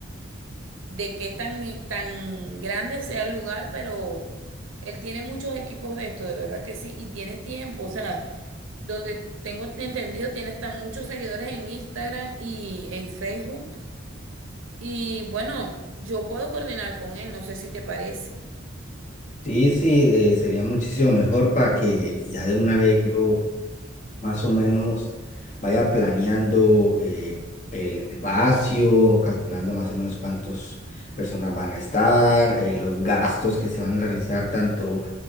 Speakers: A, on the right; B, on the left.
A: de qué tan, eh, tan grande sea el lugar, pero él tiene muchos equipos de esto, de verdad que sí, y tiene tiempo, o sea, donde tengo entendido, tiene hasta muchos seguidores en Instagram y en Facebook. Y bueno, yo puedo coordinar con él, no sé si te parece.
B: Sí, sí, eh, sería muchísimo mejor para que ya de una vez yo más o menos vaya planeando eh, el espacio, calculando más o menos cuántas personas van a estar, eh, los gastos que se van a realizar tanto